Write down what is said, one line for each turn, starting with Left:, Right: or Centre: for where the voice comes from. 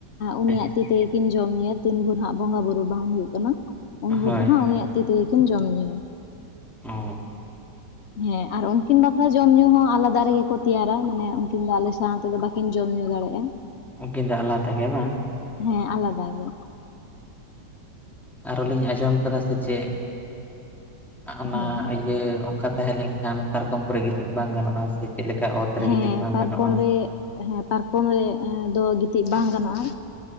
Left: ᱩᱱᱤᱭᱟᱜ
Centre: ᱟᱪᱪᱷᱟ
Left: ᱛᱤ ᱛᱮᱜᱮ ᱠᱤᱱ ᱡᱚᱢ ᱧᱩᱭᱟ ᱛᱤᱱ ᱵᱷᱳᱨ ᱦᱟᱸᱜ ᱵᱚᱸᱜᱟ ᱵᱩᱨᱩ ᱵᱟᱝ ᱦᱩᱭᱩᱜ ᱠᱟᱱᱟ ᱩᱱ ᱵᱷᱩᱨ
Centre: ᱦᱳᱭ
Left: ᱫᱚ ᱦᱟᱸᱜ
Centre: ᱦᱳᱭ
Left: ᱩᱱᱤᱭᱟᱜ ᱛᱮᱜᱮᱠᱤᱱ ᱡᱚᱢ ᱧᱩᱭᱟ᱾
Centre: ᱚ
Left: ᱦᱮᱸ ᱟᱨ ᱩᱱᱠᱤᱱ ᱵᱟᱠᱷᱨᱟ ᱡᱚᱢ ᱧᱩ ᱦᱚᱸ ᱟᱞᱟᱫᱟ ᱨᱮᱜᱮ ᱠᱚ ᱛᱮᱭᱟᱨᱟ ᱢᱟᱱᱮ ᱩᱱᱠᱤᱱ ᱫᱚ ᱟᱞᱮ ᱥᱟᱶᱛᱮᱫᱚ ᱵᱟ ᱠᱤᱱ ᱡᱚᱢ ᱧᱩ ᱫᱟᱲᱮᱭᱟᱜᱼᱟ᱾
Centre: ᱩᱱᱠᱤᱱ ᱫᱚ ᱟᱞᱟᱫᱟ ᱜᱮ ᱵᱟᱝ?
Left: ᱦᱮᱸ ᱟᱞᱟᱫᱟ ᱜᱮ᱾
Centre: ᱟᱨᱚ ᱞᱤᱧ ᱟᱸᱡᱚᱢ ᱠᱟᱫᱟ ᱥᱮ ᱪᱮᱫ ᱚᱱᱟ
Left: ᱦᱮᱸ
Centre: ᱡᱮ ᱚᱱᱠᱟ ᱛᱟᱦᱮᱸ ᱞᱮᱱ ᱠᱷᱟᱱ ᱯᱟᱨᱠᱚᱢ ᱠᱚᱨᱮ ᱜᱤᱛᱤᱡ ᱵᱟᱝ ᱜᱟᱱᱚᱜᱼᱟ ᱥᱮ ᱪᱮᱫ ᱞᱮᱠᱟ ᱚᱛ ᱨᱮ
Left: ᱦᱮᱸ
Centre: ᱜᱤᱛᱤᱡ ᱵᱟᱝ
Left: ᱯᱟᱨᱠᱚᱢ
Centre: ᱜᱟᱱᱚᱜᱼᱟ?
Left: ᱨᱮ ᱦᱮᱸ ᱯᱟᱨᱠᱚᱢ ᱨᱮᱫᱚ ᱜᱤᱛᱤᱡ ᱵᱟᱝ ᱜᱟᱱᱚᱜᱼᱟ᱾